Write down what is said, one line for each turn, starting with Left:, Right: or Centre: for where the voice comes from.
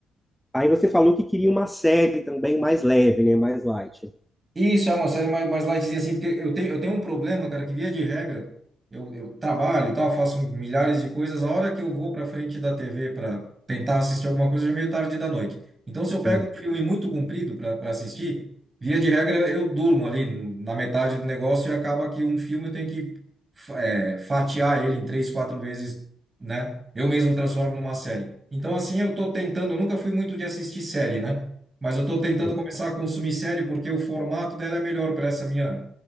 Centre: Aí você falou que queria uma série também mais leve, né? Mais light.
Right: Isso, é uma série mais, mais lightzinha assim, porque eu tenho, eu tenho um problema, cara, que via de regra, eu, eu trabalho e tal, faço milhares de coisas, a hora que eu vou pra frente da TV para tentar assistir alguma coisa, já é meio tarde da noite. Então, se eu pego
Centre: Um,
Right: um filme muito comprido para para assistir, via de regra eu durmo ali na metade do negócio e acaba que um filme eu tenho que fa- é, fatiar ele em três, quatro vezes, né? Eu mesmo transformo numa série. Então, assim, eu tô tentando, eu nunca fui muito de assistir série, né? Mas eu estou tentando
Centre: <laughs>
Right: começar a consumir série porque o formato dela é melhor para essa minha,